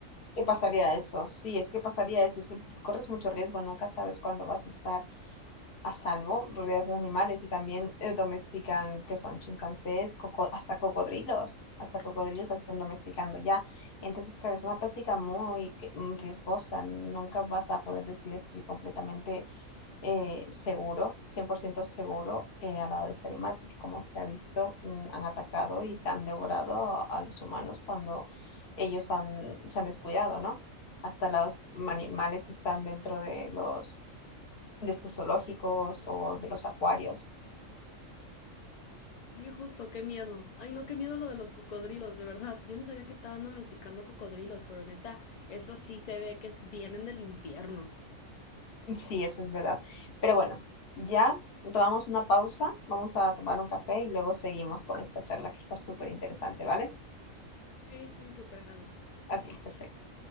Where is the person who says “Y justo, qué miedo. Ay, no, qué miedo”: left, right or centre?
Left